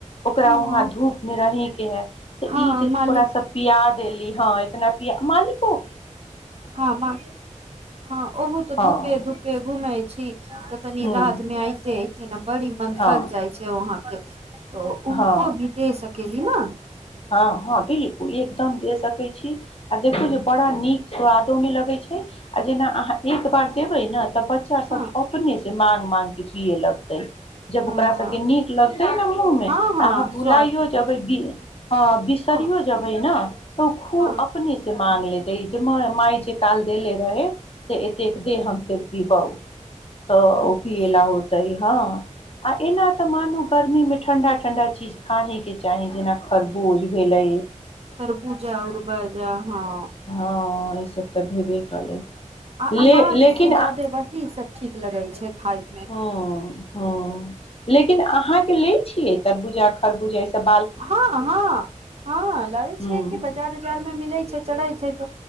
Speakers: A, on the left; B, on the right.
A: ओकरा
B: हँ
A: वहां धूप में रहहि के है तऽ
B: हँ
A: ई जे
B: मालिक
A: थोड़ा सा प्याज देेली हँ इतना पिया मालिको की
B: ह हँ ओह तऽ
A: हँ
B: धूपे धूपे घुमै छी तनी
A: ह
B: रातमे आइत कियाकि हम बड़ी मन
A: हँ
B: थक जाइ छै वहा के तो उनको
A: हँ
B: भी दे सक केली न
A: हँ हँ बिलकुल एकदम दे सकै छी आ देखू जे बड़ा नीक स्वादो मे लगै छै आ जेना अहाँ एक बार देबै न त बच्चा सब
B: हँ
A: अपने जे माग मागके पिये लगतै जब
B: हँ
A: ओकरा सभके नीक लगतै न मुँहमे
B: हँ
A: तऽ अहाँ भुलाइयौ
B: स्वाद पता
A: जेबै
B: चलतै
A: बी हँ बिसरियो
B: हँ
A: जेबै न तऽ ओ खूब
B: हँ
A: अपने से माग लेतै जे माय माय जे काल देेले रहै से एतेक दे हम फेर पिबौ तऽ
B: अच्छा
A: ओ पीए ल होते हँ आ एना तऽ मानू गर्मी मे ठंडा ठंडा चीज खा हे के चाही जेना तरबूज भेलै
B: सरबूजा उरबूजा हँ
A: हँ ई सब तऽ भेबे कलै
B: आ
A: ले
B: अनाज
A: लेकिन
B: से जादे
A: आ
B: वही सब ठीक लगै छै खाय मे
A: हँ हँ लेकिन अहाँ के लेय छियै तरबुजा खरबुजा ई सब
B: हँ हँ हँ लाबै छियै
A: हँ
B: कि बाजार उजारमे मिलैत छै चढ़ै छै तऽ